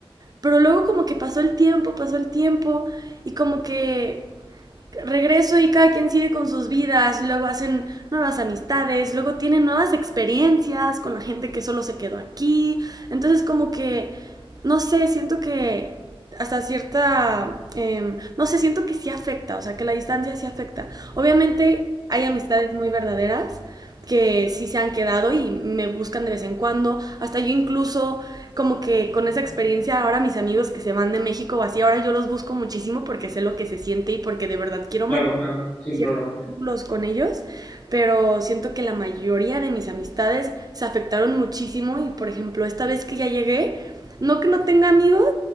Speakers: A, on the right; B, on the left.
A: Pero luego como que pasó el tiempo, pasó el tiempo y como que regreso y cada quien sigue con sus vidas, luego hacen nuevas amistades, luego tienen nuevas experiencias con la gente que solo se quedó aquí. Entonces como que, no sé, siento que hasta cierta, eh, no sé, siento que sí afecta, o sea, que la distancia sí afecta. Obviamente hay amistades muy verdaderas que sí se han quedado y me buscan de vez en cuando. Hasta yo incluso como que con esa experiencia ahora mis amigos que se van de México o así, ahora yo los busco muchísimo porque sé lo que se siente y porque de verdad quiero
B: Claro,
A: mantener
B: claro, sin
A: ciertos
B: problema.
A: vínculos con ellos, pero siento que la mayoría de mis amistades se afectaron muchísimo y por ejemplo esta vez que ya llegué, no que no tenga amigos,